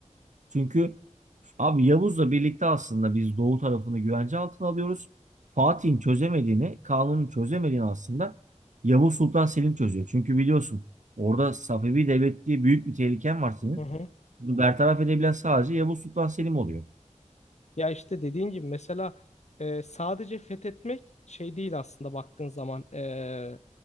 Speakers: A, on the right (about 75°); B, on the left (about 60°).
A: Çünkü abi Yavuz'la birlikte aslında biz Doğu tarafını güvence altına alıyoruz. Fatih'in çözemediğini, Kanun'un çözemediğini aslında Yavuz Sultan Selim çözüyor. Çünkü biliyorsun orada Safevi Devlet diye büyük bir tehliken var senin.
B: Hı hı.
A: Bunu bertaraf edebilen sadece Yavuz Sultan Selim oluyor.
B: Ya işte dediğin gibi mesela e, sadece fethetmek şey değil aslında baktığın zaman. E,